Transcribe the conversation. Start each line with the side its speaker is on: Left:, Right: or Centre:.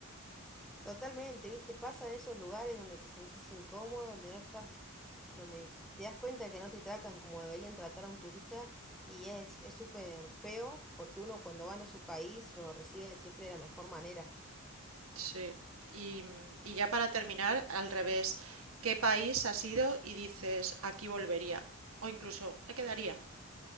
Centre: Totalmente, ¿viste? Pasa en esos lugares donde te sentís incómodo, donde no estás, donde te das cuenta que no te tratan como deberían tratar a un turista y es es súper feo porque uno cuando van a su país lo recibe siempre de la mejor manera.
Right: Sí. Y, mm, y ya para terminar, al revés, ¿qué país has ido y dices aquí volvería? O incluso me quedaría.